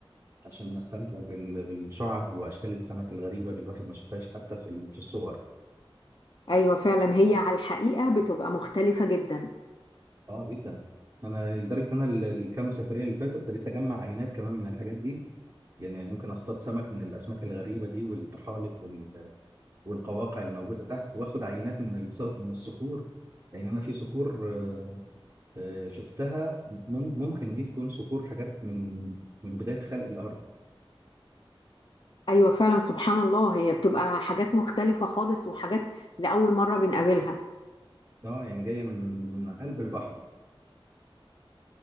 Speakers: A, on the right; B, on the left.
A: عشان أستمتع بال... بالشعب وأشكال السمك الغريبة اللي الواحد ما شافهاش حتى في, ال... في الصور
B: ايوه فعلا هي على الحقيقه بتبقى مختلفه جدا
A: آه جدا أنا لدرجة إن أنا ال- الكام سفرية اللي فاتوا ابتديت أجمع عينات كمان من الحاجات دي يعني ممكن اصطاد سمك من الاسماك الغريبه دي والطحالب وال... والقواقع الموجوده تحت واخد عينات من الص... من الصخور لان انا في صخور آه، آه، شفتها مم- ممكن دي تكون صخور حاجات من من بداية خلق الأرض
B: ايوه فعلا سبحان الله هي بتبقى حاجات مختلفة خالص وحاجات لأول مرة بنقابلها
A: اه يعني جاية من من من قلب البحر